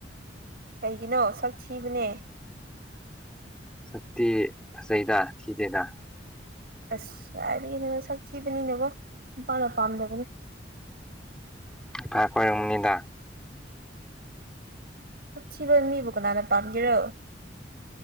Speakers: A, on the right (about 55°); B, in the centre.
A: ꯀꯩꯒꯤꯅꯣ ꯁꯛ ꯊꯤꯕꯅꯦ
B: ꯁꯇꯤ ꯐꯁꯩꯗ ꯊꯤꯗꯦꯗꯥ
A: ꯑꯁ ꯍꯥꯏꯗꯒꯤꯅ ꯁꯛ ꯊꯤꯕꯅꯤꯅꯦꯕꯣ ꯅꯨꯄꯥꯅ ꯄꯥꯝꯗꯕꯅꯦ
B: ꯏ ꯐꯥ ꯀꯣꯏꯔꯨꯝꯅꯤꯗ
A: ꯆꯠꯕ ꯃꯤꯕꯨ ꯀꯅꯥꯅ ꯄꯥꯝꯒꯦꯔꯣ